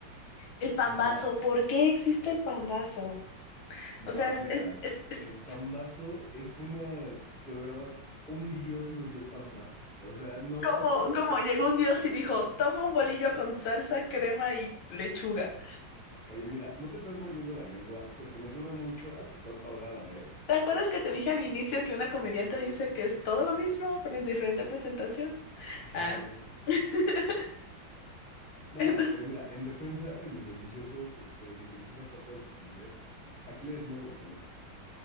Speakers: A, on the left; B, in the centre.
A: el pambazo.
B: No,
A: ¿Por qué existe el pambazo?
B: no,
A: O sea, es,
B: mira,
A: es, es, es,
B: el pambazo
A: es
B: es una, de verdad, un dios nos dio el pambazo. O sea, no.
A: ¿Cómo,
B: <laughs>
A: cómo llegó un dios y dijo, toma un bolillo con salsa, crema y lechuga?
B: Oye, mira, no te estás mordiendo la lengua porque me suena mucho a tu torta ahogada, ¿eh?
A: ¿Te acuerdas que te dije al inicio que una comediante dice que es todo lo mismo, pero en diferente presentación?
B: Ajá,
A: Ah.
B: dime.
A: <laughs>
B: No,
A: Entonces,
B: pero mira, en defensa de mis deliciosos, es- de mis deliciosas tortas de tamales, aquí le decimos guajolotas.